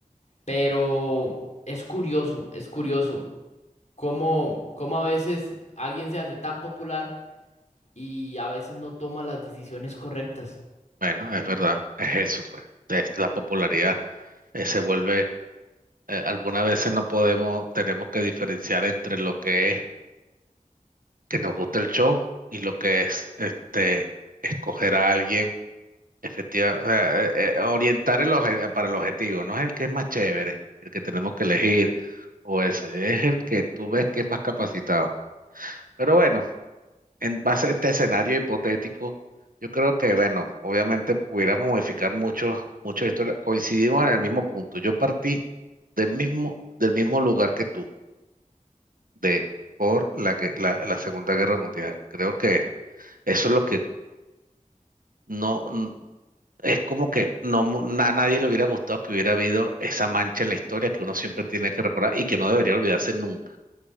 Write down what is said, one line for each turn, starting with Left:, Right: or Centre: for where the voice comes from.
Left: Pero es curioso, es curioso cómo, cómo a veces alguien se hace tan popular y a veces no toma las decisiones correctas.
Right: Bueno, es verdad, es eso, pues. Es la popularidad eh, se vuelve, eh, algunas veces no podemos, tenemos que diferenciar entre lo que es que nos gusta el show y lo que es este escoger a alguien, efectivamente, orientar el oje- para el objetivo, no es el que es más chévere, el que tenemos que elegir, o ese, es el que tú ves que es más capacitado. Pero bueno. en base a este escenario hipotético, yo creo que, bueno, obviamente pudiéramos modificar mucho, mucho la historia. Coincidimos en el mismo punto. Yo partí del mismo, del mismo lugar que tú, de por la, que- la, la Segunda Guerra Mundial. Creo que eso es lo que no, n- es como que no, mu- a nadie le hubiera gustado que hubiera habido esa mancha en la historia que uno siempre tiene que recordar y que no debería olvidarse nunca.